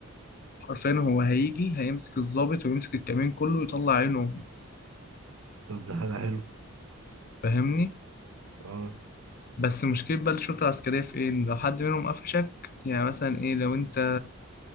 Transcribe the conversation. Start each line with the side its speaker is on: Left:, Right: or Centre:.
Left: عارفين هو هيجي هيمسك الضابط ويمسك الكمين كله ويطلع عينه امه
Right: طب ده حاجه حلوه
Left: فاهمني
Right: اه
Left: بس مشكله بقى الشرطه العسكريه في ايه إن لو حد منهم قفشك يعني مثلا ايه لو انت